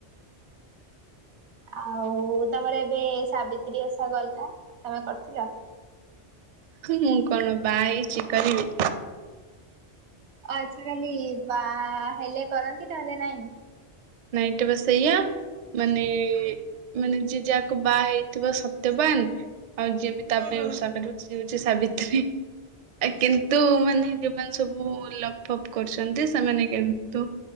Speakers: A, on the right (about 80°); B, on the right (about 55°).
A: ଆଉ ତମର ଏବେ ସାବିତ୍ରୀ ଓଷା ଗଲା ତମେ କରିଥିଲ।
B: ମୁଁ କଣ ବାହା ହେଇଛି କରିବି।
A: ଆ୍ଛା ଖାଲି ବା ହେଲେ କରନ୍ତି ନହେଲେ ନାଇଁ।
B: ନାଇଁ କେବେ ସେଇଆ ମାନେ ମାନେ ଯିଏ ଯାହାକୁ ବାହା ହେଇଥିବ ସତ୍ୟବାନ। ଆଉ ଯିଏ ବି ତା
A: ହୁଁ
B: ପାଇଁ
A: ହୁଁ।
B: ଉଷା କରିବ ସେ ହଉଛି। ସାବିତ୍ରୀ। ଆ କିନ୍ତୁ ମାନେ ଯୋଉ ସବୁ ଲପ ଅପ କରୁଛନ୍ତି ସେମାନେ କିନ୍ତୁ